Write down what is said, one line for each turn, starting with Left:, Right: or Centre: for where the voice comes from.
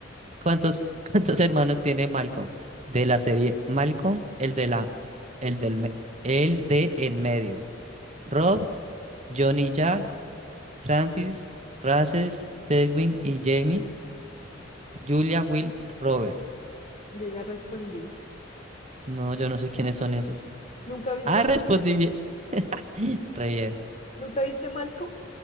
Right: ¿Cuántos, cuántos hermanos tiene Malcolm? De la serie Malcolm, el de la, el del, me- el de en medio. Rob, Johnny Jack, Francis, Races, Tedwin y Jamie. Julia, Will, Robert.
Left: yo ya respondí.
Right: No, yo no sé quiénes son esos.
Left: ¿Nunca viste
Right: Ah,
Left: Malcolm?
Right: respondí bien. <laughs> Re bien.
Left: ¿Nunca viste Malcolm?